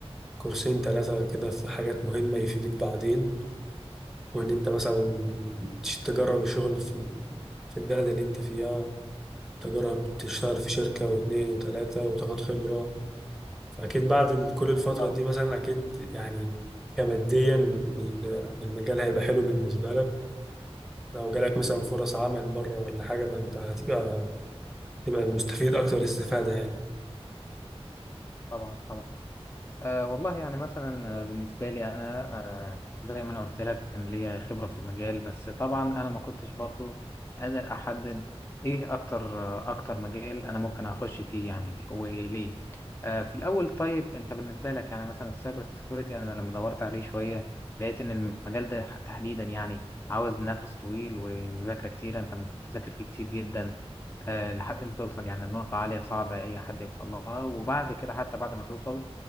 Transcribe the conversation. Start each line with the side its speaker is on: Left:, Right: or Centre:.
Centre: كورسين ثلاثة كده في حاجات مهمة يفيدوك بعدين وان انت مثلا تش- تجرب الشغل في ال- في البلد اللي انت فيها تجرب تشتغل في شركة واثنين وثلاثة وتاخد خبرة فأكيد بعد ال- كل الفترة
Left: طبعا
Centre: دي مثلا أكيد يعني كماديا ال- المجال هيبقى حلو بالنسبة لك لو جالك مثلا فرص عمل بره ولا حاجة فأنت هتبقى تبقى مستفيد أكتر استفادة يعني
Left: طبعا طبعا أه والله يعني مثلا آه، بالنسبة لي أنا أه زي ما أنا قلت لك كان ليا خبرة في المجال بس طبعا أنا ما كنتش برضو قادر أحدد إيه أكتر آه، أكتر مجال أنا ممكن أخش فيه يعني وليه أه في الأول طيب أنت بالنسبة لك يعني مثلا السايبر سيكيورتي أنا لما دورت عليه شوية لقيت إن المجال ده ح- تحديدا يعني عاوز نفس طويل ومذاكرة كتير أنت المفروض تذاكر فيه كتير جدا أه لحد ما توصل يعني لنقطة عالية صعبة أي حد يوصل لها وبعد كده حتى بعد ما توصل